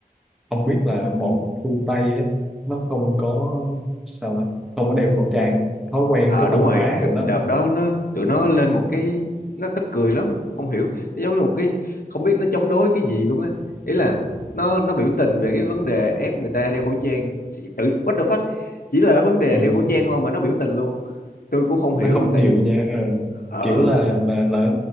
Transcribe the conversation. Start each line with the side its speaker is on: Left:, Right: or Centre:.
Centre: không biết là bọn phương Tây á, nó không có sao nói, không có đeo khẩu trang thói quen
Left: À
Centre: cái
Left: đúng
Centre: văn
Left: rồi,
Centre: hóa
Left: cái
Centre: rồi đó
Left: đợt đó nó tụi nó lên một cái nó tức cười lắm, không hiểu, nó giống như một cái không biết nó chống đối cái gì luôn á. Ý là nó nó biểu tình về cái vấn đề ép người ta đeo khẩu trang, tự what the fuck, chỉ là vấn đề
Centre: ừ.
Left: đeo khẩu trang thôi mà nó biểu tình luôn. Tôi cũng không hiểu
Centre: nó không
Left: tại
Centre: chịu nha ừ.
Left: ờ
Centre: kiểu là mà là